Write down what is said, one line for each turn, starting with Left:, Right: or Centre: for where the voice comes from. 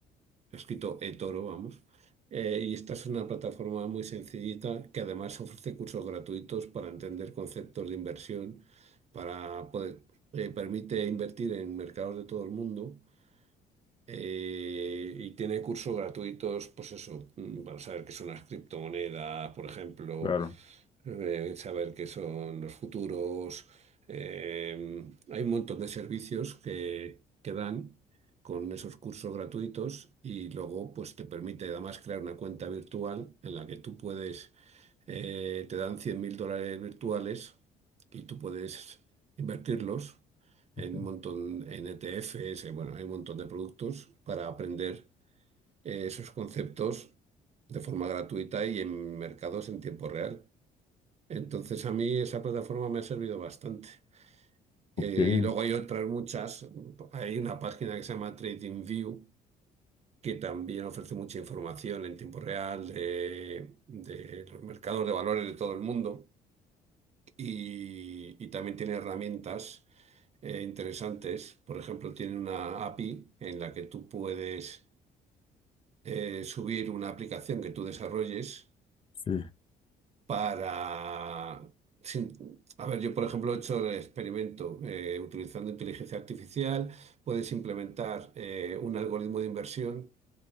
Right: escrito eToro, vamos. Eh, y esta es una plataforma muy sencillita que además ofrece cursos gratuitos para entender conceptos de inversión, para poder, eh, permite invertir en mercados de todo el mundo Eh, y tiene cursos gratuitos, pues eso, mm, para saber qué son las criptomonedas, por ejemplo,
Left: claro.
Right: eh, saber qué son los futuros. Eh, hay un montón de servicios que, que dan con esos cursos gratuitos y luego pues te permite además crear una cuenta virtual en la que tú puedes, eh, te dan cien mil dólares virtuales y tú puedes invertirlos en
Left: Ok.
Right: un montón, en ETFs, eh, bueno, hay un montón de productos para aprender eh, esos conceptos de forma gratuita y en mercados en tiempo real. Entonces a mí esa plataforma me ha servido bastante.
Left: Ok.
Right: Eh, y luego hay otras muchas. Hay una página que se llama TradingView que también ofrece mucha información en tiempo real de, de los mercados de valores de todo el mundo y, y también tiene herramientas eh, interesantes. Por ejemplo, tiene una API en la que tú puedes eh, subir una aplicación que tú desarrolles
Left: Sí,
Right: para... sin- A ver, yo por ejemplo he hecho el experimento eh, utilizando inteligencia artificial, puedes implementar eh, un algoritmo de inversión,